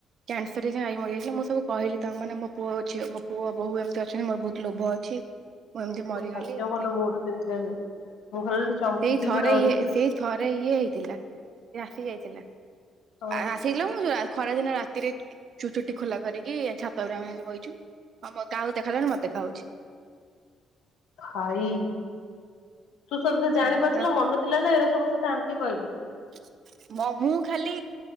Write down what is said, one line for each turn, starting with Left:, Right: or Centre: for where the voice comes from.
Right: କ୍ୟାନସର ହେଇକି ଆଈ ମରି ଯାଇଛି, ମୁଁ ସବୁ କହିଲି ତ ମାନେ ମୋ ପୁଅ, ଝିଅ, ମୋ ପୁଅ ବୋହୁ, ଏମତି ଅଛନ୍ତି। ମୋର ବହୁତ ଲୋଭ ଅଛି। ମୁଁ ଏମିତି
Left: କିନ୍ତୁ
Right: ମରିଗଲି
Left: ଭାଗ୍ୟ
Right: ଏମିତି
Left: ଭଲ
Right: ହେ
Left: ମୋର ସେମିତିଆ ନୁହେଁ ମୁଁ ଖାଲି ଚମକିଥିବି
Right: ଏଇ ଥରେ
Left: ଡରିଥିବି
Right: ଇଏ ସେଇ ଥରେ ଇଏ ହେଇଥିଲା। ଆସି ଯାଇଥିଲା
Left: ହଁ
Right: ଆସିଗଲା ମୁଁ ଖଟ ଖରାଦିନ ରାତିରେ ଚ ଚୁଟି ଖୋଲା କରିକି ଛାତ ଉପରେ ଆମେ ଏମତି ବାଇଛୁ। ହଁ ଆମ କାହାକୁ ଦେଖା ଗଲାନି ମତେ ଦେଖା ଯାଉଛି।
Left: <unintelligible> ଭାଇ ତୁ ସବୁ ଜାଣି
Right: ହେଲା
Left: ପାରୁଥିଲୁ
Right: ତ
Left: ମନ ଥିଲା ନା ଏରା ସବୁ ତତେ ଆଣ୍ଟି କହିଲେ।
Right: <inaudible> ମ ମୁଁ ଖାଲି